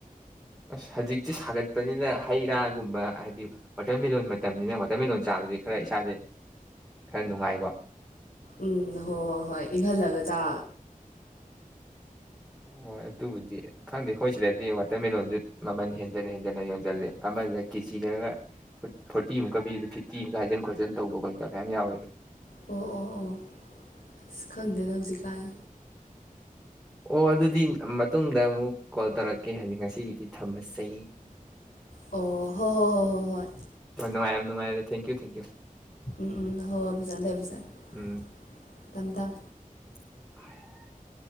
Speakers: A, in the centre; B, on the left.
A: ꯑꯁ ꯍꯧꯖꯤꯛꯇꯤ ꯁꯥꯒꯠꯄꯅꯤꯅ ꯍꯩ ꯔꯥꯒꯨꯝꯕ ꯍꯥꯏꯗꯤ ꯋꯥꯇꯔꯃꯦꯂꯣꯟ ꯃꯇꯝꯅꯤꯅ ꯋꯥꯇꯔꯃꯦꯂꯂꯣꯟ ꯆꯥꯕꯗꯤ ꯈꯔ ꯏꯁꯥꯗꯦ ꯈꯔ ꯅꯨꯡꯉꯥꯏꯀꯣ
B: ꯎꯝ ꯍꯣꯏ ꯍꯣꯏ ꯍꯣꯏ ꯏꯪꯍꯜꯂꯒ ꯆꯥ
A: ꯍ ꯑꯗꯨꯕꯨꯗꯤ ꯈꯪꯗꯦ ꯑꯩꯈꯣꯏ ꯁꯤꯗꯗꯤ ꯋꯥꯇꯔ ꯃꯤꯂꯂꯣꯟꯗꯨ ꯃꯃꯜ ꯍꯦꯟꯖꯟ ꯍꯦꯟꯖꯟꯅ ꯌꯣꯟꯁꯤꯜꯂꯤ ꯑꯃꯗ ꯀꯦꯖꯤꯗꯒ ꯐꯣꯔꯇꯤ ꯃꯨꯛꯀ ꯄꯤꯕꯗꯨ ꯐꯤꯞ ꯇꯤꯝ ꯀꯥꯏꯖꯟ ꯈꯣꯠꯆꯟ ꯇꯧꯕ ꯈꯣꯠꯇꯕ ꯃ ꯌꯥꯝ ꯌꯥꯎꯋꯦꯕ
B: ꯑꯣ ꯑꯣ ꯑꯣ ꯑꯁ ꯈꯪꯗꯦꯗ ꯍꯧꯖꯤꯛꯀꯥꯟ
A: ꯑꯣ ꯑꯗꯨꯗꯤ ꯃꯇꯨꯡꯗ ꯑꯃꯨꯛ ꯀꯣꯜ ꯇꯧꯔꯛꯀꯦ ꯍꯥꯏꯖꯤꯛ ꯉꯁꯤꯒꯤꯗꯤ ꯊꯝꯃꯁꯦ
B: ꯑꯣ ꯍꯣ ꯍꯣ ꯍꯣꯏ ꯍꯣꯏ ꯍꯣꯏ
A: ꯅꯨꯡꯥꯏ ꯌꯥꯝ ꯅꯨꯡꯉꯔꯦ ꯊꯦꯡꯀꯌ꯭ꯨ ꯊꯦꯡꯀꯌ꯭ꯨ
B: ꯎꯝ ꯎꯝ ꯍꯣꯏ ꯍꯣꯏ ꯐꯖꯅ ꯂꯩꯎ ꯐꯖꯅ
A: ꯎꯝ
B: ꯊꯝꯃꯨ ꯊꯝ
A: <inaudible>